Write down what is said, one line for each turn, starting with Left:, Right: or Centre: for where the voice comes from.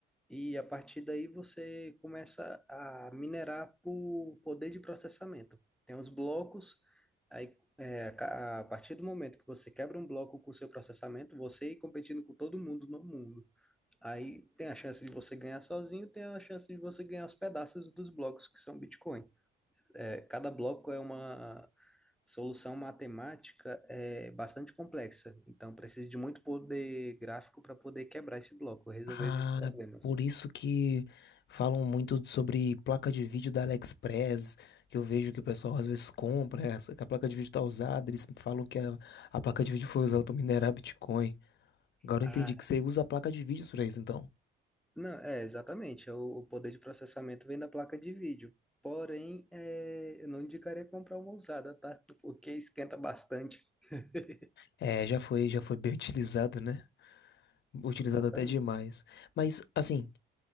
Centre: E a partir daí você começa a minerar por poder de processamento. Tem os blocos, aí é, ca- a partir do momento que você quebra um bloco com o seu processamento, você ir competindo com todo mundo no mundo. Aí tem a chance de você ganhar sozinho, tem a chance de você ganhar os pedaços dos blocos que são Bitcoin. É, cada bloco é uma solução matemática é bastante complexa, então precisa de muito poder gráfico para poder quebrar esse bloco, resolver
Left: Ah,
Centre: esses problemas.
Left: por isso que falam muito sobre placa de vídeo da AliExpress, que eu vejo que o pessoal às vezes compra, essa- que a placa de vídeo tá usada, eles falam que a, a placa de vídeo foi usada para minerar Bitcoin. Agora
Centre: Ah,
Left: eu entendi que você usa a placa de vídeos para isso, então.
Centre: Não, é, exatamente. é O, o poder de processamento vem da placa de vídeo. Porém, é, eu não indicaria comprar uma usada, tá? Porque esquenta bastante. <laughs>
Left: É, já foi, já foi bem <laughs> utilizado, né? Utilizado
Centre: Exatamente.
Left: até demais. Mas, assim,